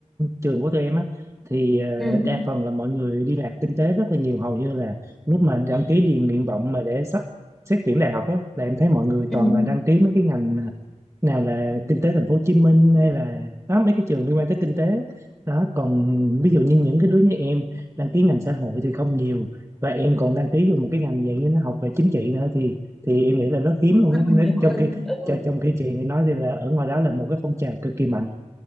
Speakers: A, on the right; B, in the centre.
A: trường của tụi em á thì ờ,
B: Ừ.
A: đa phần là mọi người đi làm kinh tế rất là nhiều hầu như là lúc mà đăng ký điền nguyện vọng mà để sắp xét tuyển đại học á là em thấy mọi người
B: Ừ.
A: toàn là đăng ký mấy cái ngành ờ, nào là kinh tế thành phố Hồ Chí Minh hay là đó mấy cái trường liên quan tới kinh tế đó còn ví dụ như những cái đứa như em đăng ký ngành xã hội thì không nhiều và em còn đăng ký vô một cái ngành dạng như nó học về chính trị nữa thì thì em nghĩ là rất hiếm luôn
B: Nó
A: á
B: còn
A: Nên
B: nhiều hơn.
A: trong khi
B: Ừ.
A: cho- trong khi chị thì nói thì là ở ngoài đó là một cái phong trào cực kỳ mạnh